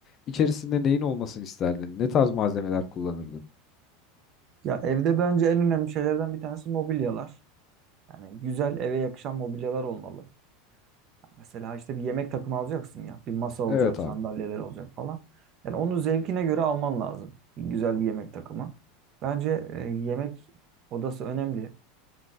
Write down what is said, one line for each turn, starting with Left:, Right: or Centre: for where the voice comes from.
Left: içerisinde neyin olmasını isterdin? Ne tarz malzemeler kullanırdın?
Right: Ya evde bence en önemli şeylerden bir tanesi mobilyalar. Yani güzel eve yakışan mobilyalar olmalı. Ya Mesela işte bir yemek takımı alacaksın ya. Bir masa olacak,
Left: Evet abi.
Right: sandalyeler olacak falan. Yani onu zevkine göre alman lazım. Bir güzel bir yemek takımı. Bence e, yemek odası önemli.